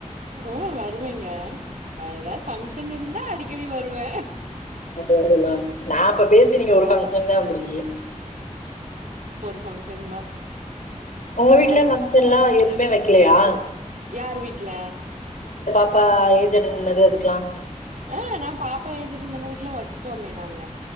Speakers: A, on the right; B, on the left.
A: ம் வருவேங்க ஏதாவது பங்க்ஷன் இருந்தா அடிக்கடி வருவே
B: அல்லாம் நான் இப்ப பேசி நீங்க ஒரு பங்க்ஷன் தான் வந்திருக்கிக
A: ஃபங்க்ஷன் தான்
B: உங்க வீட்ல
A: அதுக்கு
B: பங்க்ஷன்லாம் எதுவுமே வச்ச வைக்கலையா
A: யார் வீட்ல
B: ப்பா ஏஜ் அட்டென்ட் பண்ணது அதுக்கெலாம்
A: ஆ நான் பாப்பா ஏஜ் அட்டேன் பன்னதுக்கெல்லா வச்சுட்டோமே நாங்க